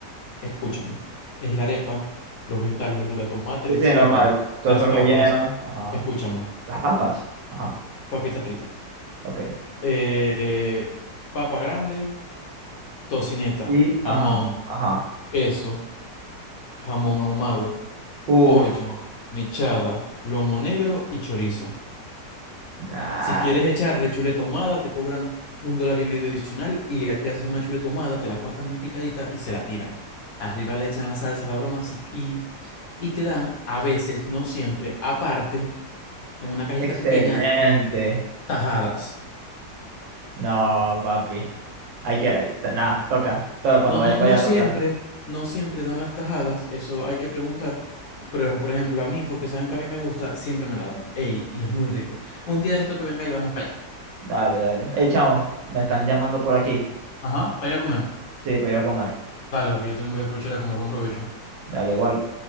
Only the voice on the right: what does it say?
sí,
sí, normal,
todo
eso
relleno, ajá.
Las papas, ajá,
ok.
Y, ajá,
ajá.
Uf,
ay,
excelente.
No, papi. Hay que. te- Nada, toca. Toca, cuando
vaya
para
allá
toca.
Dale, dale. Hey, chamo, me están llamando por aquí.
Sí, para ir a comer.
Dale, igual.